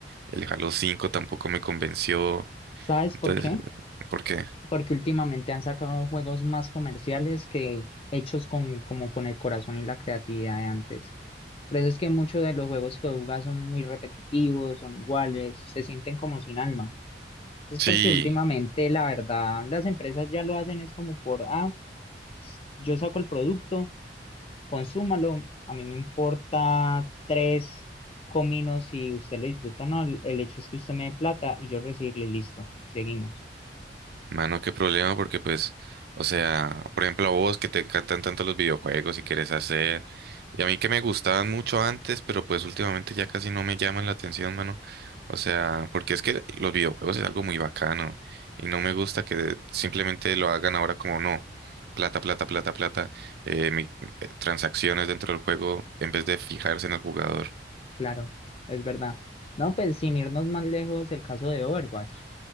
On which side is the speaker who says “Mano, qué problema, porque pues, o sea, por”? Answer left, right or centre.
Right